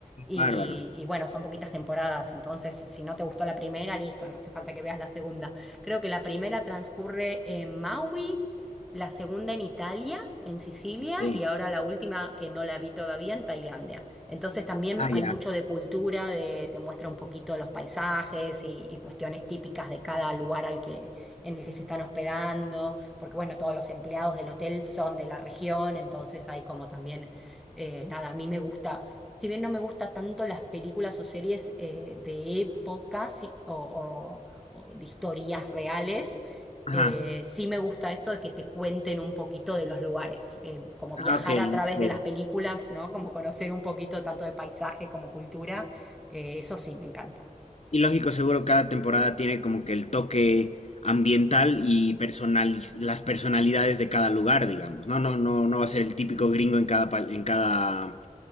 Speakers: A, in the centre; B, on the left (about 50°).
A: y,
B: Bárbaro.
A: y bueno, son poquitas temporadas, entonces si no te gustó la primera, listo, no hace falta que veas la segunda. Creo que la primera transcurre en Maui, la segunda en Italia, en Sicilia
B: ok,
A: y ahora la última que no la vi todavía en Tailandia. Entonces también
B: Ah, ya.
A: hay mucho de cultura, de, te muestra un poquito los paisajes y, y cuestiones típicas de cada lugar al que, en el que se están hospedando porque bueno, todos los empleados del hotel son de la región, entonces hay como también, eh, nada, a mí me gusta, si bien no me gusta tanto las películas o series eh, de épocas sí, o, o- o de historias reales,
B: Ajá.
A: eh, sí me gusta esto de que te cuenten un poquito de los lugares, eh, como viajar
B: Ah, ok,
A: a través
B: ok.
A: de las películas, ¿no? Como conocer un poquito tanto de paisajes como cultura, eh, eso sí me encanta.
B: Y lógico, seguro cada temporada tiene como que el toque ambiental y personali- las personalidades de cada lugar, digamos. No, no, no, no va a ser el típico gringo en cada, pa- en cada,